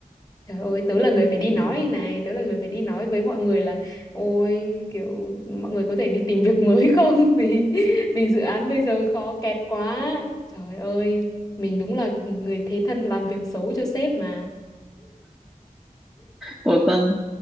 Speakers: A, on the left; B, in the centre.
A: Trời ơi, tớ là người phải đi nói
B: ừ.
A: này, tớ là người phải đi nói với mọi người là ôi kiểu mọi người có thể đi tìm việc mới không <laughs> vì vì dự án bây giờ khó kẹt quá. Trời ơi, mình đúng là người thế thân làm việc xấu cho sếp mà.
B: Ủa Tân